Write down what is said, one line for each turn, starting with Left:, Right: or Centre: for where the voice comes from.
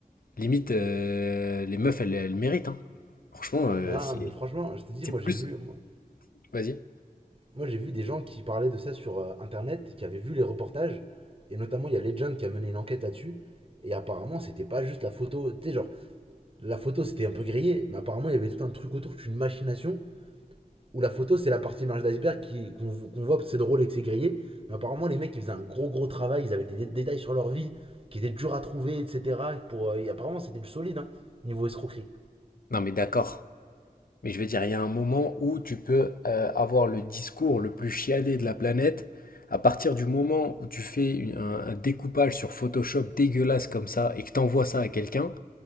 Left: limite, euh, les meufs, elles, elles méritent, hein. Franchement, euh,
Right: Non,
Left: c'est
Right: mais franchement, je te dis,
Left: c'est
Right: moi
Left: plus.
Right: j'ai vu, moi,
Left: Vas-y.
Right: moi, j'ai vu des gens qui parlaient de ça sur euh, internet, qui avaient vu les reportages, et notamment il y a Legend qui a mené une enquête là-dessus, et apparemment c'était pas juste la photo, tu sais, genre la photo c'était un peu grillé, mais apparemment il y avait tout un truc autour, une machination, où la photo, c'est la partie marge d'iceberg qu'on qu'on voit parce que c'est drôle et que c'est grillé. Mais apparemment, les mecs, ils faisaient un gros, gros travail. Ils avaient des dé- détails sur leur vie qui étaient durs à trouver, etc. Pour, euh, et apparemment, c'était du solide, hein, niveau escroquerie.
Left: Non, mais d'accord. Mais je veux dire, il y a un moment où tu peux euh, avoir le discours le plus chiadé de la planète. À partir du moment où tu fais une- un, un découpage sur Photoshop dégueulasse comme ça et que t'envoies ça à quelqu'un,